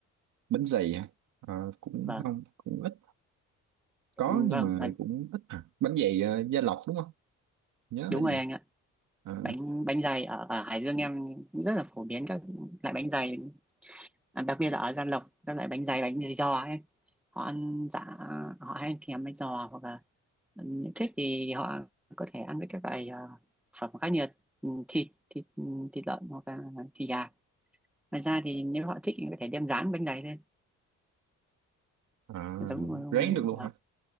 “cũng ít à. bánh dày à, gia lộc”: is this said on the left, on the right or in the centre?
Right